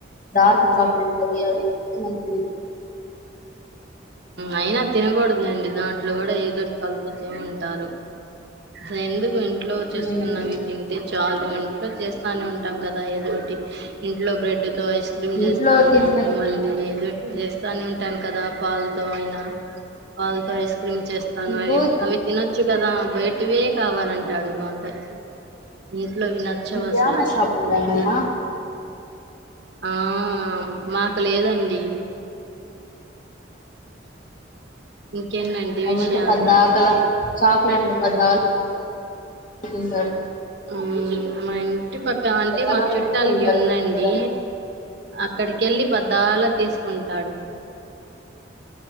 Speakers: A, on the left; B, on the right.
A: డార్క్ చాక్లెట్ లవి అవింటే మంచిది
B: అయినా తినకూడదులేండి దాంట్లో కూడా ఏదోటి కలుపుతూ ఉంటారు అసలు ఎందుకు ఇంట్లో చేసుకున్నవి
A: మ్మ్
B: తింటే చాలు ఇంట్లో చేస్తానే ఉంటాం కదా ఏదోటి ఇంట్లో బ్రెడ్ తో ఐస్ క్రీమ్
A: ఇంట్లో
B: చేస్తాను
A: తింటే
B: మళ్ళీ ఏదోటి చేస్తానే ఉంటాను కదా పాల్తో అయినా పాల్తో ఐస్ మ్ చేస్తాను
A: నీకు
B: అవి అవి తినద్దు చ్చు కదా బయటవే కావాలంటాడు మా అబ్బాయి ఇంట్లోవి నచ్చవు
A: మీకు
B: అసలు
A: ఏమేం షాపులు ఉన్నాయి మల ఆహ్
B: ఆ మాకు లేదండి ఇంకేంటండి
A: అవుంటె
B: విషయాలు
A: పద్దాకలా చాక్లెట్లు పెద్ద <unintelligible>
B: మ్ మైన్ చుట్టుపక్క అంటే
A: పద్దాకల
B: మా చుట్టాలకి
A: గుడికి వెళ్తారు
B: ఉందండి
A: కొనుక్కోడానికి
B: అక్కడికి ఎల్లి పద్దాల తీసుకుంటాడు